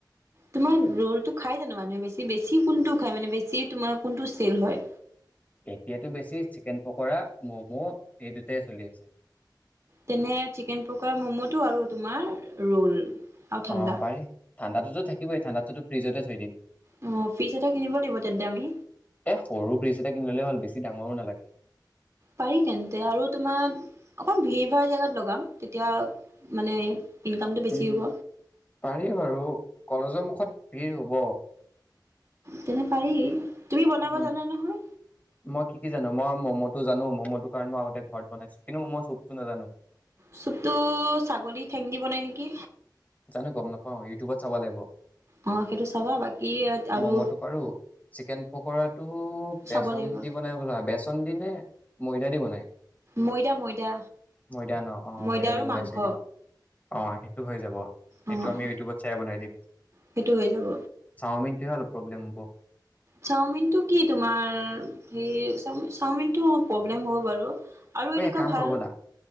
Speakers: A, on the right; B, on the left.
A: তোমাৰ ৰলটো খাই জানো মানুহে বেছি বেছি কোনটো খায় মানে বেছি তোমাৰ কোনটো চেল হয়
B: এতিয়াতো বেছি চিকেন পকোৰা ম'ম' এই দুটাই চলি আছে
A: তেনে চিকেন পকাৰা ম'ম'তটো আৰু তোমাৰ ৰোল আৰু ঠাণ্ডা।
B: অ পাৰি ঠাণ্ডাতোতো থাকিবই ঠাণ্ডাতোতো ফ্ৰিজতে থৈ দিম
A: অ', ফ্ৰিজ এটা কিনিব লাগিব তেন্তে আমি।
B: এ সৰু ফ্ৰিজ এটা কিনিললে হ'ল বেছি ডাঙৰো নালাগে
A: পাৰি তেন্তে আৰু তোমাৰ অকণ ভিৰ ভাৰ জেগাত লগাম এতিয়া মানে ইনকামটো বেছি
B: উম
A: হ'ব
B: পাৰি বাৰু কলেজৰ মুখত ভিৰ হব
A: তেনে পাৰি তুমি বনাব
B: উম
A: জানা নহয়
B: মই কি কি জানো মই ম'মোটো জানো ম'ম'টো কাৰণ মই আগতে ঘৰত বনাইছো কিন্তু ম'ম' চুপতটো নাজানো
A: চুপতটো ছাগলী ঠেংদি বনাই নেকি
B: জানো গম নাপাওঁ ইউটিউবত চাব লাগিব
A: অ', সেইটো চাবা বাকী আৰু
B: ম'ম'টো পাৰো চিকেন পকৰাটো বেচন
A: চাব লাগিব
B: দি বনাই বোলা বেচন দি নে ময়দা দি বনাই <unintelligible>
A: ময়দা ময়দা
B: ময়দা ন অ
A: ময়দা আৰু
B: দি বনাই
A: মাংস
B: চাগে অ সেইটো হৈ যাব এইটো
A: অ',
B: আমি ইউটিউবত চাই বনাই দিম
A: সেইটো হৈ যাব।
B: চাওমিনটো হল প্ৰব্লেম হব
A: চাওমিনটো কি তোমাৰ চাওমিনটো প্ৰব্লেম হ'ব বাৰু আৰু
B: ঐ
A: এনেকুৱা
B: এক কাম
A: ভাল
B: কৰো বলা